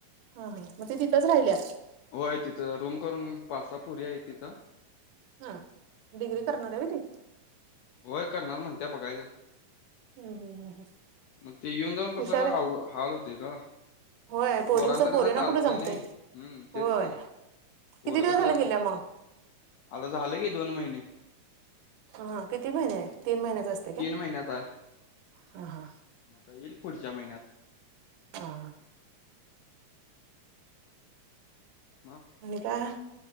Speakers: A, on the right (about 85°); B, on the left (about 85°).
A: हा हा, मग ती तिथंच राहिल्या.
B: वय तिथं रूम करून पाच सहा पोरी आहे तिथं.
A: हा
B: हम्म.
A: डिग्री करणार आहे वय ती.
B: होय करणार म्हणत्या बघायचं.
A: हम्म हम्म हम्म
B: मग ते येऊन जाऊन कस
A: हुशार
B: अ
A: आहे
B: हाल होते ग.
A: होय पोरींच
B: पोरांच
A: पोरींना
B: कसं चालतंय
A: कुठं जमतंय
B: ना हम्म तेच
A: होय
B: की पोर
A: किती दिवस
B: कस
A: झाले गेल्या
B: कस
A: मग
B: आता झालं की दोन महिने.
A: ह किती महिने आहे तीन महिन्याचा असत.
B: तीन महिन्याचा.
A: हा हा.
B: आता येईल पुढच्या महिन्यात.
A: हां.
B: मग
A: आणि काय?